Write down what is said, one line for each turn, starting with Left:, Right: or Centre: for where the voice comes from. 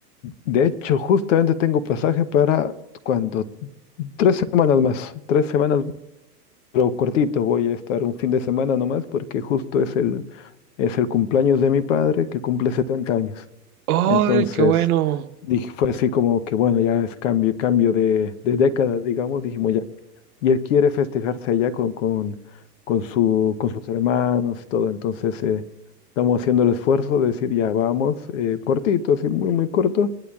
Left: De hecho, justamente tengo pasaje para cuando tres semanas más, tres semanas Pero cortito, voy a estar un fin de semana nomás porque justo es el, es el cumpleaños de mi padre que cumple 70 años.
Right: ¡Ay,
Left: Entonces,
Right: qué bueno!
Left: dije, fue así como que, bueno, ya es cambio, cambio de, de década, digamos, dijimos ya. Y él quiere festejarse allá con, con, con su, con sus hermanos y todo. Entonces, eh, estamos haciendo el esfuerzo de decir, ya vamos, eh, cortito, así muy, muy corto,